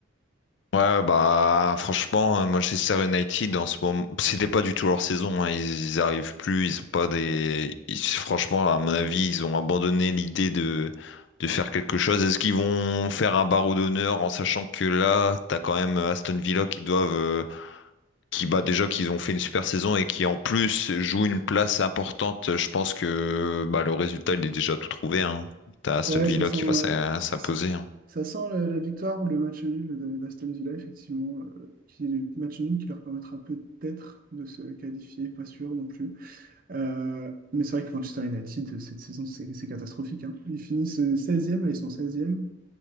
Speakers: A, on the left (about 60°); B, on the right (about 45°).
A: Ouais, bah franchement, euh, Manchester United en ce moment, c'était pas du tout leur saison, hein. Ils, ils arrivent plus, ils ont pas des. ils- franchement, à mon avis, ils ont abandonné l'idée de, de faire quelque chose. Est-ce qu'ils vont faire un barreau d'honneur en sachant que là, t'as quand même euh, Aston Villa qui doivent, euh, qui bah déjà qu'ils ont fait une super saison et qui en plus jouent une place importante. Je pense que bah le résultat, il est déjà tout trouvé, hein. T'as Aston
B: Ouais,
A: Villa
B: ça sent,
A: qui
B: euh,
A: va s'im- s'imposer.
B: ça,
A: hein.
B: ça sent le- la victoire ou le match nul de- d'Aston Villa, effectivement, euh, qui est le match nul qui leur permettra peut-être de se qualifier, pas sûr non plus. Euh, mais c'est vrai que Manchester United, cette saison, c'est c'est catastrophique. hein. Ils finissent seizième, là, ils sont seizième.